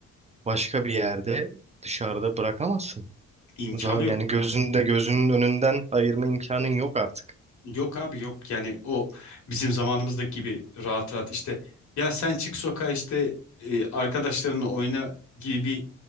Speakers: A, on the right; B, on the left.
A: başka bir yerde dışarıda bırakamazsın.
B: İmkanı
A: Uza-
B: yok.
A: Yani gözünde gözünün önünden ayırma imkanın yok artık.
B: Yok abi yok. Yani o bizim zamanımızdaki gibi rahat rahat işte ya sen çık sokağa işte e, arkadaşlarınla oyna gibi bir